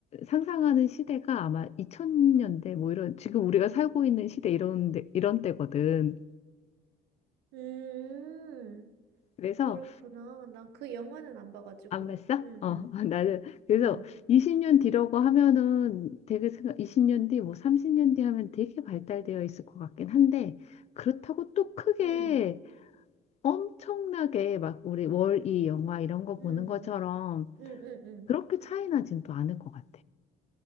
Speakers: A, on the left; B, on the right.
A: 상상하는 시대가 아마 2000년대 뭐 이런 지금 우리가 살고 있는 시대 이런 데, 이런 때거든.
B: 음,
A: 그래서
B: 그렇구나. 난 그 영화는 안 봐가지고.
A: 안 봤어?
B: 응,
A: 어,
B: 응,
A: <laughs> 나는 그래서
B: 응,
A: 20년 뒤라고 하면은 되게 생각 20년 뒤, 뭐 30년 뒤 하면 되게 발달되어 있을 것 같긴 한데 그렇다고 또 크게
B: 응,
A: 엄청나게 막 우리 월이 영화 이런 거
B: 응,
A: 보는 것처럼
B: 응, 응, 응, 응.
A: 그렇게 차이 나진 또 않을 것 같아.